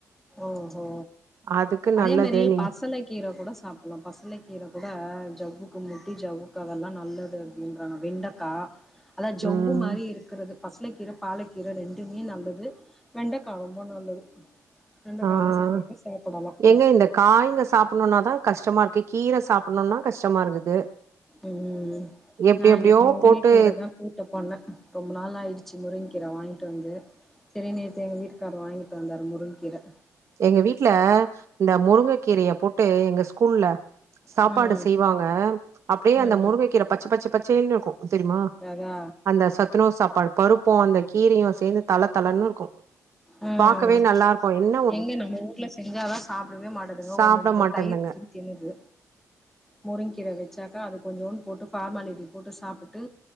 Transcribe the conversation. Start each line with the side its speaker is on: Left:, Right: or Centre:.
Centre: ஓஹோ
Right: அதுக்கு
Centre: அதே
Right: நல்லது
Centre: மாரி
Right: நீங்
Centre: பசல கீர கூட சாப் அப்பெலா பசல கீரைக் கூட ஜவ்வுக்கு முட்டி ஜவ்வுக்கு அதெல்லா நல்லது அப்டின்றாங்க வெண்டக்கா ஆனா ஜவ்வு
Right: ம்
Centre: மாரி இருக்குற்து பசலக் கீரை பாலக்கீரை ரெண்டுமே நல்லது வெண்டக்கா ரொம்ப நல்லது வெண்டக்க
Right: ஆ
Centre: அது செஞ்சாலே சாப்டலா
Right: ஏங்க
Centre: ம்
Right: இந்த காய்ங்க சாப்பணுனாதா கஷ்டமா இருக்கு கீர சாப்பணுனா கஷ்டமா இருக்குது
Centre: ம்
Right: எப்டி
Centre: நா
Right: எப்டியோ
Centre: இன்னைக்கி முருங்க
Right: போட்டு
Centre: கீரை தா கூ ட்டு பண்ணே ரொம்ப நாள் ஆச்சு முருங்கக்கீர வாங்கிட்டு வந்து செரி நேத்து எங்க வீட்டுக்காரு வாங்கிட் வந்தார் முருங்கீர
Right: எங்க வீட்ல இந்த முருங்க கீரய போட்டு எங்க ஸ்கூல்ல சாப்பாடு
Centre: ம்
Right: செய்வாங் க அப்டியே அந்த
Centre: ம்
Right: முருங்க கீர பச்சு பச்சு பச்சேன் இருக்கு தெரிமா
Centre: அதா
Right: அந்த சத்துணவு சாப்பாடு பருப்பு அந்த கீரையு சேந்து தள தளன்னு இருக்கு
Centre: ஆ ம்
Right: பாக்கவே நல்லா இருக்கு என்
Centre: எங்க நம்ம வூட்ல செஞ்சா தா சாப்டவே மாட்டாதுங்க
Right: சாப்ட
Centre: ஒன் வந்துட்டு
Right: மாட்டேந்துங்க
Centre: தயிர் வச்சி தின்னுது முருங்கீர வச் சாக்கா அது கொஞ்சோன்னு போட்டு ஃபார்மாலிட்டி போட்டு சாப்ட்டு